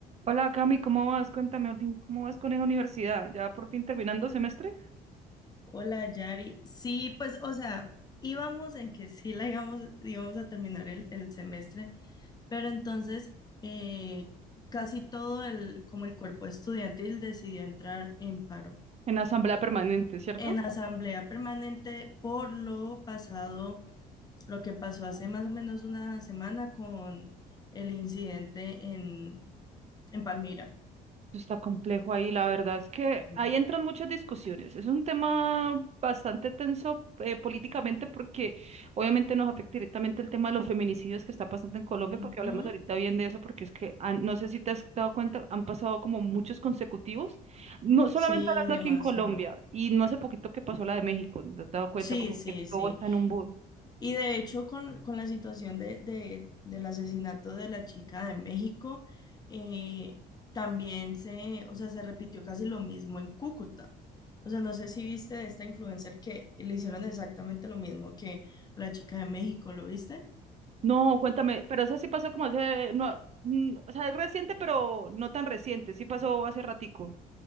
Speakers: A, on the right; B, on the left.
A: Hola Cami, ¿cómo vas? Cuéntame, al fin, ¿cómo vas con la universidad? Ya por fin terminando semestre
B: Hola, Yari. Sí, pues, o sea, íbamos en que sí la íbamos, íbamos a terminar el, el semestre, pero entonces eh, casi todo el, como el cuerpo estudiantil decidió entrar en paro,
A: en asamblea permanente, ¿cierto?
B: en asamblea permanente por lo pasado, lo que pasó hace más o menos una semana con el incidente en, en Palmira.
A: Eso está complejo ahí, la verdad es que
B: Eh,
A: ahí entran muchas discusiones. Es un tema bastante tenso eh, políticamente porque obviamente nos afecta directamente el tema de los feminicidios que está pasando en Colombia,
B: ujú.
A: porque hablamos ahorita bien de eso, porque es que han- no sé si te has dado cuenta, han pasado como muchos consecutivos, no solamente
B: Sí,
A: hablando
B: demasiado.
A: aquí en Colombia, y no hace poquito que pasó la de México, ¿te has dado cuenta?
B: Sí,
A: Como
B: sí,
A: que
B: sí.
A: todo está en un boom.
B: Y de hecho, con, con la situación de, de- del asesinato de la chica de México, eh, también se, o sea, se repitió casi lo mismo en Cúcuta. O sea, no sé si viste de esta influencer que le hicieron exactamente lo mismo que la chica de México, ¿lo viste?
A: No, cuéntame, pero eso sí pasó como hace, no, mm, o sea, es reciente, pero no tan reciente, sí pasó hace ratico.